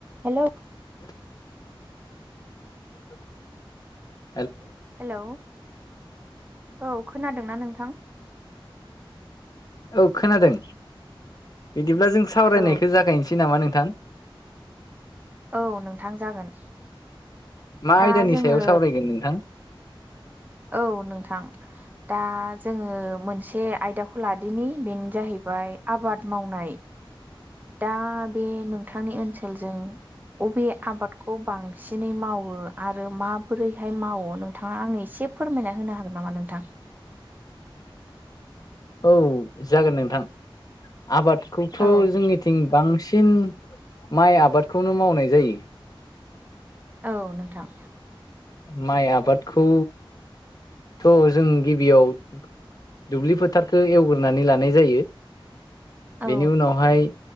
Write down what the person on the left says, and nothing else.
<inaudible>
औ खोनादों बिदिब्ला जों सावरायनायखौ
जागायनोसै नामा नोंथां
मा
आयदानि
सायाव सावरायगोन नोंथां
औ जागोन नोंथां आबादखौथ'
जोंनिथिं बांसि सिन माइ आबादखौनो मावनाय जायो
माइ आबादखौ थ' जों गिबियाव दुब्लि फोथारखौ एवग्रोनानै लानाय जायो
बेनि उनावहाय